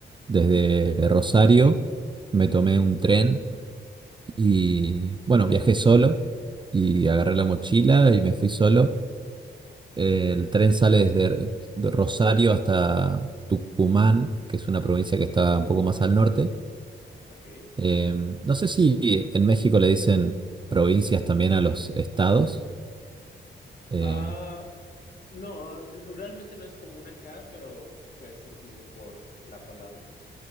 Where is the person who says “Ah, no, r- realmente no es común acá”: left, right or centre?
Left